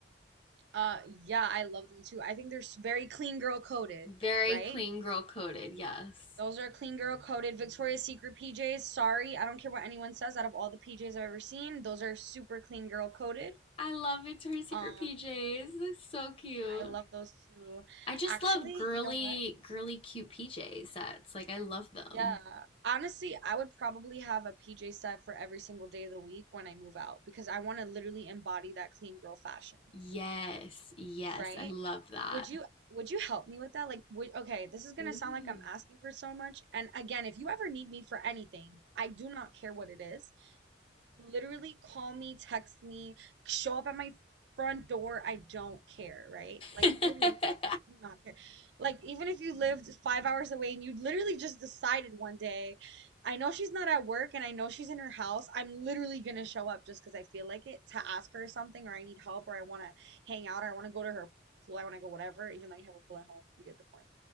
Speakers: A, on the right; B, on the left.
A: Uh, yeah, I love them too. I think they're s- very clean girl coded,
B: Very
A: right?
B: clean girl coded, yes.
A: Those are clean girl coded. Victoria's Secret PJs, sorry, I don't care what anyone says. Out of all the PJs I've ever seen, those are super clean girl coded.
B: I love Victoria's Secret
A: Um,
B: PJs. They're so cute.
A: I love those too.
B: I just
A: Actually,
B: love girly,
A: you know what?
B: girly, cute PJ sets. Like, I love them.
A: Yeah, honestly, I would probably have a PJ set for every single day of the week when I move out because I want to literally embody that clean girl fashion.
B: Yes, yes,
A: Right?
B: I love that.
A: Would you would you help me with that? Like, would okay, this is gonna
B: Ooh.
A: sound like I'm asking for so much. And again, if you ever need me for anything, I do not care what it is literally call me, text me, show up at my front door. I don't care, right? Like
B: <laughs>
A: literally, I do not care. Like even if you lived five hours away and you literally just decided one day, I know she's not at work and I know she's in her house. I'm literally gonna show up just because I feel like it to ask her something or I need help or I want to hang out or I want to go to her pool. I want to go whatever. Even though you have a pool at home, you get the point.